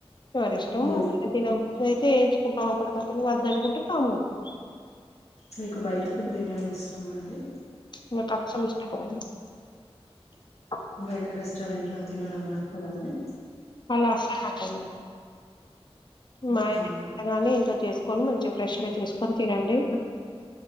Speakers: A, on the left; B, on the left.
A: ఎవర ఇష్టం
B: మీరు
A: వాళ్లది ఇంకా తినబూధి అయితే తినావా కొడుకా ర అర్ధ అకుంటే కమ్కుంట
B: మీకు బయట ఫుడ్ తినడం ఇష్టామా అండి
A: మి కచం <unintelligible>
B: బయట రెస్టారెంట్లో తినడం నచ్చదా అడి
A: అలా అసలు నచ్చదు మాయగానీ
B: అవునా
A: ఇంతా చేసుకొని మంచిగా ఫ్రెష్గా చేసుకొని తినండి